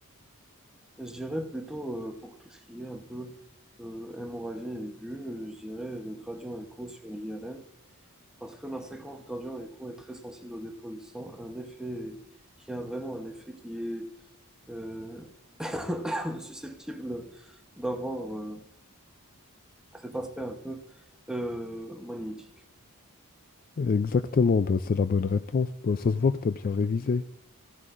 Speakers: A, in the centre; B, on the left.
A: Je dirais plutôt euh, pour tout ce qui est un peu euh, hémorragie aiguë, euh, je dirais le gradient écho sur l'IRM parce que la séquence gradient écho est très sensible au dépôt de sang, un effet qui a vraiment un effet qui est euh, <coughs> susceptible d'avoir euh, cet aspect un peu euh, magnétique.
B: Exactement, ben, c'est la bonne réponse. Ben, ça se voit que tu as bien révisé.